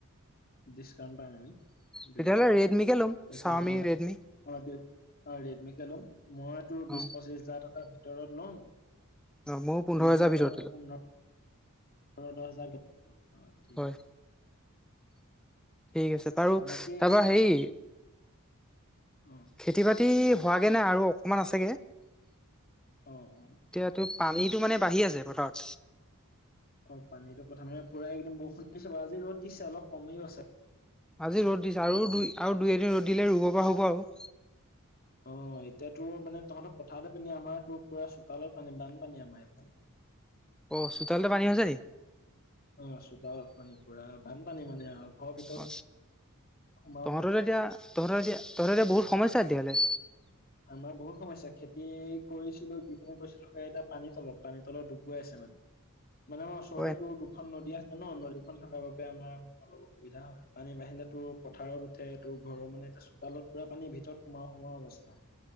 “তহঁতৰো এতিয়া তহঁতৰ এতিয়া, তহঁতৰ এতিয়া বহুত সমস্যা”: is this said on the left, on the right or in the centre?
Centre